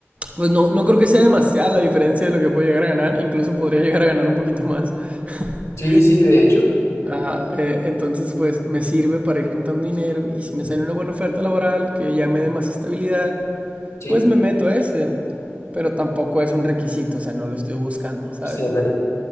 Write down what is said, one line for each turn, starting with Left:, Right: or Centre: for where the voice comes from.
Right: pues no, no creo que sea demasiada la diferencia de lo que puedo llegar a ganar. Incluso podría llegar a ganar un poquito más. <laughs>
Left: Sí, sí, de hecho,
Right: Ah, eh, entonces, pues me sirve para ir juntando dinero y si me sale una buena oferta laboral que ya me dé más estabilidad,
Left: sí,
Right: pues me meto a ese. Pero tampoco es un requisito, o sea, no lo estoy buscando, ¿sabes?
Left: sí, ándale.